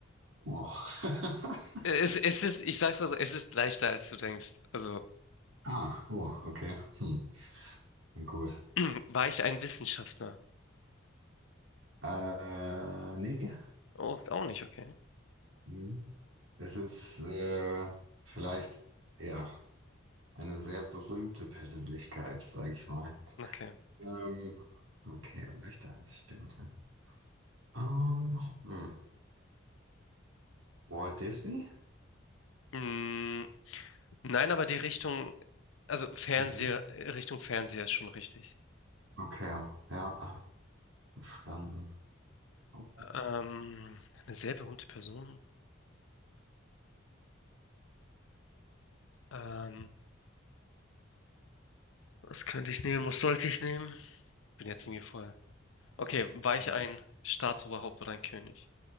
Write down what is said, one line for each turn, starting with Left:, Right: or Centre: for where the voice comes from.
Right: Oh. <laughs>
Left: Es, es ist, ich sag's mal so, es ist leichter, als du denkst. Also,
Right: Ah, oh, okay. Hm, gut.
Left: <clears throat> war ich ein Wissenschaftler?
Right: Äh, nee.
Left: Oh, auch nicht, okay.
Right: Hm. Es ist äh, vielleicht, ja, eine sehr berühmte Persönlichkeit, sage ich mal.
Left: Okay.
Right: Ähm, okay, leichter als ich denke. Ähm, hm. Walt Disney?
Left: Mm, nein, aber die Richtung, also Fernseher,
Right: Mhm.
Left: Richtung Fernseher ist schon richtig.
Right: Okay, ja, verstanden. Oh,
Left: Ähm, eine sehr berühmte Person. Ähm, was könnte ich nehmen? Was sollte ich nehmen? Bin jetzt irgendwie voll. Okay, war
Right: Ähm,
Left: ich ein Staatsoberhaupt oder ein König?